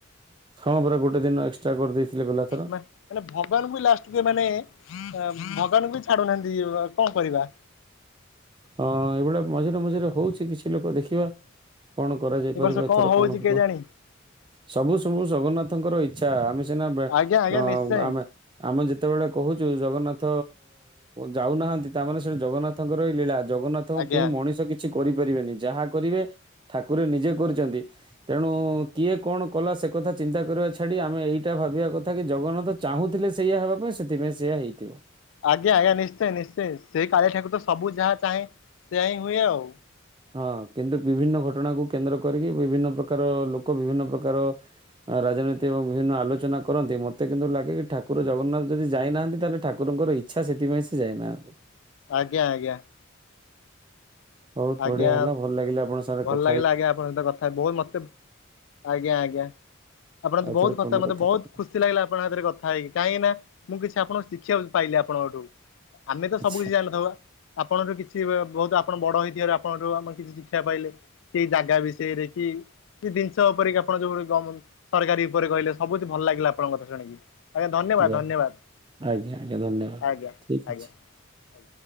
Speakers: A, on the right; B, on the left.
A: ହଁ ପରା ଗୋଟେ ଦିନ ଏକ୍ସଟ୍ରା କରିଦେଇଥିଲେ ଗଲାଥର।
B: ମା ମାନେ ଭଗବାନଙ୍କୁ ବି ଲାଷ୍ଟକୁ ଏମାନେ ଆ ଭଗବାନଙ୍କୁ ବି ଛାଡୁନାହାନ୍ତି <unintelligible> କଣ କରିବା।
A: ହଁ ଏଇଭଳିଆ ମଝିରେ ମଝିରେ ହଉଛି କିଛି ଲୋକ ଦେଖିବା। କଣ କରାଯାଇପାରିବ
B: ଏ ବର୍ଷ
A: ଏଥର
B: ହଉଛି
A: କଣ ହବ।
B: କେଜାଣି
A: ସବୁ ସବୁ ଜଗନ୍ନାଥଙ୍କର ଇଚ୍ଛା ଆମେ ସିନା ବେ
B: ଆଜ୍ଞା ଆଜ୍ଞା
A: ଅ
B: ନିଶ୍ଚୟ
A: ଆମେ। ଆମେ ଯେତେବେଳେ କହୁଛୁ ଜଗନ୍ନାଥ ଯାଉନାହାନ୍ତି ତାମାନେ ସେ ଜଗନ୍ନାଥଙ୍କର ଲୀଳା। ଜଗନ୍ନାଥଙ୍କୁ
B: ଆଜ୍ଞା
A: କେହି ମଣିଷ କିଛି କରିପାରିବେନି ଯାହା କରିବେ ଠାକୁର ନିଜେ କରୁଛନ୍ତି। ତେଣୁ କିଏ କଣ କଲା ସେ କଥା ଚିନ୍ତା କରିବା ଛାଡି ଆମେ ଏଇଟା ଭାବିବା କଥା କି ଜଗନ୍ନାଥ। ଚାହୁଁଥିଲେ ସେଇୟା ହେବା ପାଇଁ ସେଥିପାଇଁ ସେଇଆ ହେଇଥିବ।
B: ଆଜ୍ଞା ଆଜ୍ଞା ନିଶ୍ଚୟ ନିଶ୍ଚୟ ସେଇ କାଳିଆ ଠାକୁର ତ ସବୁ ଯାହା ଚାହେଁ ସେୟା ହିଁ ହୁଏ ଆଉ।
A: ହଁ କିନ୍ତୁ ବିଭିନ୍ନ ଘଟଣାକୁ କେନ୍ଦ୍ର କରିକି ବିଭିନ୍ନ ପ୍ରକାର ଲୋକ ବିଭିନ୍ନ ପ୍ରକାର। ଆ ରାଜନୀତି ଏବଂ ବିଭିନ୍ନ ଆଲୋଚନା କରନ୍ତି ମୋତେ କିନ୍ତୁ ଲାଗେ କି ଠାକୁର ଜଗନ୍ନାଥ ଯଦି ଯାଇନାହାନ୍ତି ତାହେଲେ ଠାକୁରଙ୍କର ଇ ଚ୍ଛା ସେଥିପାଇଁ ସେ ଯାଇ ନାହାନ୍ତି।
B: ଆଜ୍ଞା ଆଜ୍ଞା।
A: ବହୁତ
B: ଆଜ୍ଞା
A: ବଢିଆ ହେଲା ଭଲ ଲାଗିଲା ଆପଣ ସାଙ୍ଗରେ
B: ଭଲ
A: କ
B: ଲାଗିଲା ଆଜ୍ଞା ଆପଣଙ୍କ ସହିତ କଥା ବହୁତ ମତେ ଆଜ୍ଞା ଆଜ୍ଞା। ଆପଣ
A: ଆଉ
B: ବହୁତ
A: ଥରେ
B: କଥା
A: ଫୋନରେ
B: ମତେ
A: କଥାବାର୍ତ୍ତା
B: ବହୁତ ଖୁସ ଲାଗିଲା ଆପଣ ଙ୍କ ସାଥିରେ କଥା ହେଇକି କାହିଁକି ନା ମୁଁ କିଛି ଆପଣ ଶିକ୍ଷା ପାଇଲି ଆପଣଙ୍କଠୁ। ଆମେ ତ
A: ଆଚ୍ଛା
B: ସବୁ କିଛି ଜାଣିିନଥିବା ଆପଣର କିଛି ବେ ବହୁତ ଆପଣ ବଡ ହେଇଥିବାର ଆପଣଙ୍କ ଠୁ ଆମେ କିଛି ଶୀ କ୍ଷା ପାଇଲେ କି ଜାଗା ବିଷୟରେ କି। କି ଜିନିଷ ଉପରେ କିି ଆପଣ ଯୋଉ ଏଇ ଗମ ସରକାରୀ ଉପରେ କହିଲେ ସବୁ କିଛି ଭଲ ଲାଗିଲା ଆପଣଙ୍କ କଥା ଶୁଣିକି। ଆଜ୍ଞା ଧନ୍ୟବାଦ
A: ଯା
B: ଧନ୍ୟବାଦ
A: ଆଜ୍ଞା ଆଜ୍ଞା ଧନ୍ୟବାଦ
B: ଆଜ୍ଞା
A: ଠିକ
B: ଆଜ୍ଞା।
A: ଅଛି।
B: ଆଜ୍ଞା।